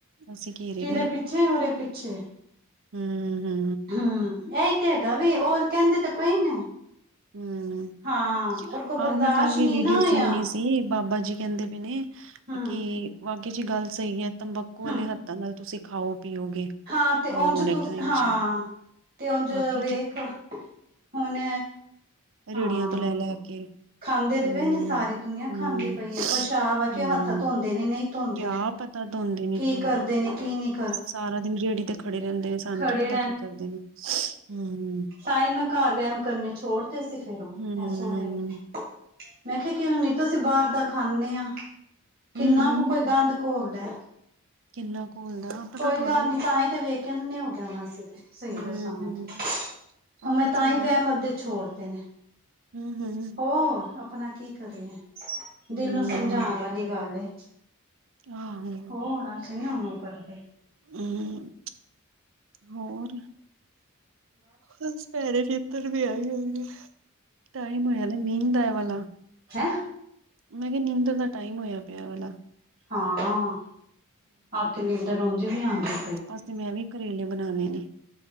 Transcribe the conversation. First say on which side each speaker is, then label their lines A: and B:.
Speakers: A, on the right; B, on the right.
A: ਅਸੀਂ ਘੇਰੇ
B: ਕਿਰੇ ਪਿੱਛੇ ਉਰੇ ਪਿੱਛੇ-
A: ਹੂ ਹੂ
B: ਹੂ, ਓ ਈ ਤੇ ਹੈਗਾ ਵਾ ਓ ਕੇਂਦੇ ਤੇ ਪਏ ਨੇ-
A: ਹੂ,
B: ਹਾਂ ਔਰ ਕੋ
A: ਆਹੋ
B: ਬਰਦਾਸ਼ਤ
A: ਮੈਂ ਕੱਲ ਵੀ
B: ਨੀ
A: ਵੀਡੀਓ
B: ਨਾ ਹੋਇਆ
A: ਸੁਣਨੀ ਸੀ ਬਾਬਾ ਜੀ ਕੇਂਦੇ- ਕੇਂਦੇ ਨੇ,
B: ਹੂੰ
A: ਕੀ ਬਾਕੀ ਜੀ ਗੱਲ ਸਈ ਐ ਤੰਬਾਕੂ ਵਾਲੇ
B: ਹੂੰ
A: ਹੱਥ ਹੱਥਾ ਨਾਲ ਤੁਸੀਂ ਖਾਓ ਪੀਓਗੇ-
B: ਹਾਂ ਤੇ
A: ਆਉਣ
B: ਉਂਝ
A: ਵਾਲੇ
B: ਤੁਸ
A: ਟਾਈਮ
B: ਹਾਂ
A: ਚ
B: ਤੇ ਉਂਝ
A: ਵਾਕਿਆ
B: ਵੇਖ
A: ਚ
B: ਹੁਣ
A: ਰੇੜੀਆਂ
B: ਹਾਂ
A: ਤੋਂ ਲੈ- ਲੈ ਕੇ
B: ਖਾਂਦੇ ਤੇ
A: ਹੂੰ
B: ਪਏ ਨੇ ਸਾਰੀ ਦੁਨੀਆਂ
A: ਹੂੰ
B: ਖਾਂਦੀ ਪਈ ਐ, ਪੈਸ਼ਾਬ ਹੈ
A: ਹੂੰ
B: ਕਿ ਹੱਥ ਧੋਂਦੇ ਨੇ ਨਹੀਂ ਧੋਂਦੇ-
A: ਕਿਆ ਪਤਾ ਧੋਂਦੇ ਕੇ ਨੀ ਧੋਂਦੇ-
B: ਕੀ ਕਰਦੇ ਨੇ ਕੀ ਨਈ-
A: ਸਾਰਾ ਦਿਨ ਰੇੜੀ ਤੇ ਖੜੇ ਰੇਂਦੇ ਨੇ ਸਾਨੂੰ
B: ਖੜੇ
A: ਕੀ ਪਤਾ ਕੀ ਕਰਦੇ ਨੇ ਹੂ
B: ਤਾ ਈ ਮੈਂ ਘਾਰ ਵੈਮ ਕਰਨੇ ਛੋੜਤੇ ਸੀ। ਫੇਰ ਹੁਣ
A: ਹੂੰ
B: ਐ ਸੋ
A: ਹੂੰ
B: ਰਏ ਔ, ਮੈਂ ਕੇਆ ਕਿ ਨਈ ਤਾ ਅਸੀਂ ਬਾਰ ਦਾ ਖਾਂਨੇ ਆ, ਕਿੰਨਾ
A: ਹੂੰ ਹੂੰ
B: ਕੁ ਕੋਈ ਗੰਦ ਘੋਲਦਾ-
A: ਕਿੰਨਾ ਘੋਲਦਾ- ਪਤਾ
B: ਕੋਈ
A: ਥੋੜਾ
B: ਗੱਲ
A: ਨਾ
B: ਨੀ ਤਾਂ ਹੀ ਤੇ ਵੇਖ ਹੇ ਹੋਗੇ ਹ ਅਸੀਂ ਤੇ ਸਹੀ
A: ਹੂੰ
B: ਦੱਸਾਂ ਮੈਂ ਤੇ-
A: ਆਹ
B: ਹੁਨ ਮੈਂ ਤਾਂ
A: ਸਹੀ
B: ਈ ਵੈਮ
A: ਆ
B: ਅੱਧੇ ਛੋੜਤੇ ਨੇ।
A: ਹੂੰ- ਹੂੰ
B: ਹੋਰ ਆਪਣਾ ਕੀ ਕਰੀਏ, ਦਿਲ
A: ਹੂੰ
B: ਨੂੰ ਸਮਝਾਣ ਵਾਲੀ ਗੱਲ ਏ।
A: ਆਹੋ
B: ਹੋਰ ਅਸੀ ਨੀ ਐਵੇ ਕਰਦੇ।
A: ਹੂੰ ਹੋਰ ਬਸ ਭੈੜੀ ਨੀਂਦਰ ਵੀ ਆਈ ਹੋਈ ਐ। ਟੈਮ ਆਇਆ ਦਾ ਨੀਂਦ ਐ ਵਾਲਾ
B: ਹੈਂ
A: ਮੈਂ ਕਿਆ ਨੀਂਦਰ ਦਾ ਟਾਈਮ ਹੋਇਆ ਪਿਆ ਐ ਵਲਾ
B: ਹਾਂ ਅ ਤਾਂ ਨੀਂਦਰ ਉਂਝ ਵੀ ਆਂਦੀ
A: ਵਾਸਤੇ ਮੈਂ ਵੀ ਕਰੇਲੇ ਬਣਾਉਣੇ ਨੇ